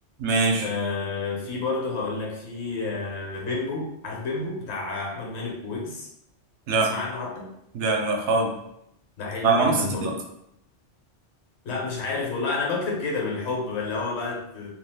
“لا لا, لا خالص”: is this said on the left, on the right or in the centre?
Right